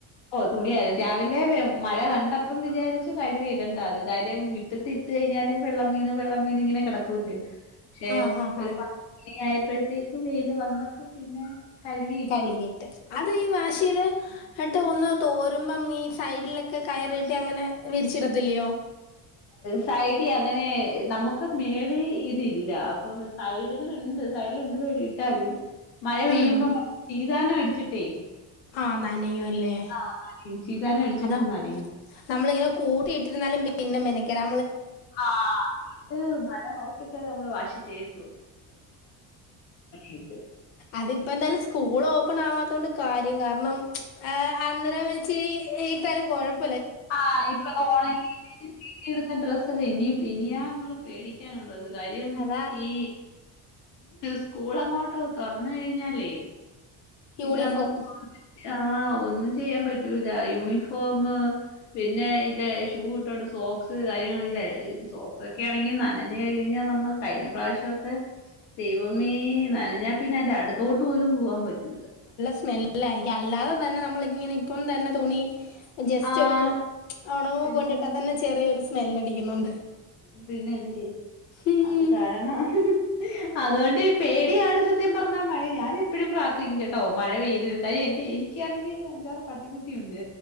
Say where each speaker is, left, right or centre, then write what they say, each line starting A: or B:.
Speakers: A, on the left; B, on the left.
A: തുണി ആയല് രാവിലെ മഴ കണ്ടപ്പം വിചാരിച്ചു കഴുവി ഇടണ്ടാന്ന് കാര്യം മുറ്റത്തി ഇട്ട് കഴിഞ്ഞാലും വെള്ളം വീണ് വെള്ളം വീണ് ഇങ്ങനെ കിടക്കൂല്ലേ പക്ഷെ
B: ആഹ് ആഹ്
A: ഒരു പത്ത് മണിയായ ഇപ്പോഴത്തേക്ക് വെയില് വന്നപ്പോ പിന്നെ കഴുകിയിട്ടു
B: കഴുഗിട്ട് അത് ഈ വാഷ് ചെയ്തു ഇട്ട് ഒന്ന് തോരുമ്പം ഈ സൈഡിലൊക്കെ കയറി കെട്ടി അങ്ങനെ വിരിച്ചിടത്തില്ലയോ
A: സൈഡി അങ്ങനെ നമുക്ക് ഒക്കെ മേളി ഇതില്ല അപ്പൊ സൈഡിലുണ്ട് സൈഡിലുണ്ട് ഇട്ടാലും മഴ പെയ്യുമ്പമ്മക്ക്
B: ഉം
A: ഇതാനം അടിച്ചിട്ടേ
B: ആഹ് നനയും ല്ലേ
A: ആഹ് നനയും ചീതാനം അടിച്ചിട്ട്
B: അതാ
A: നനയും
B: നമ്മളിങ്ങനെ കൂട്ടയിട്ടിരുന്നാലും പിന്നെ പിന്നെ മെനക്കെടാ
A: ആ അതുകൊണ്ട് മഴ നോക്കിട്ട് നമ്മള് വാഷ് ചെയ്ത് കിട്ടും
B: അതിപ്പോ തന്നെ സ്കൂള് ഓ- അപ്പണാവാത്ത കൊണ്ട് കാര്യം കാരണം ആഹ് അന്നരം വച്ചിരി- സ്ഥലം കുഴപ്പം
A: ആ് ഇപ്പ ഒണങ്ങി ഇല്ലേലും വീട്ടില് ഇടുന്ന ഡ്രസ്സല്ലേ ഇനി ഇനിയ നമ്മ പേടിക്കാന കാര്യം
B: അതാ
A: ഈ സ്കൂള- ഇങ്ങോട്ടോ തൊറന്ന് കഴിഞ്ഞാലേ പിന്നെ
B: യൂണിഫോം
A: നമ്മക്ക് ആഹ് ഒന്നും ചെയ്യാൻ പറ്റൂല യൂണിഫോമ് പിന്നെ അയ്ലെ ഷൂ ഇട്ടോണ്ട് സോക്സ് കാര്യങ്ങൾ <unintelligible> ഈ സോക്സൊക്കേണെങ്കി നനഞ്ഞു കഴിഞ്ഞാ നമ്മൾ കഴിഞ്ഞ പ്രാവശ്യൊക്കെ ദൈവമേ നനഞ്ഞാ പിന്നെ അയിന്റെ അട്ത്തോട്ട് പോലും പോവാം പറ്റൂല്ല.
B: സ്മെല്ലായി അല്ലാതെ തന്നെ നമ്മളിങ്ങനെ ഇപ്പം തന്നെ തുണി ജസ്റ്റ്
A: ആഹ്
B: ഒന്ന് ഒണങ്ങുമ്പോ
A: പിന്നെ
B: കൊണ്ടിട്ട തന്നെ ചെറിയൊരു സ് മെല്ലടിക്കുന്നുണ്ട്.
A: പിന്നല്ലേ
B: ഉം
A: അത് കാരണം അതൊണ്ട് പേടിയാണ് സ- ത്യം പർഞ്ഞാ മഴ ഞാനെപ്പഴും പ്രാർത്ഥിക്കും കേട്ടോ മഴ പെയ്യരുത് കാര്യ എൻ്റെ എനിക്കാണെങ്കി അഞ്ചാറ് പട്ടിക്കുട്ടിയുണ്ട്.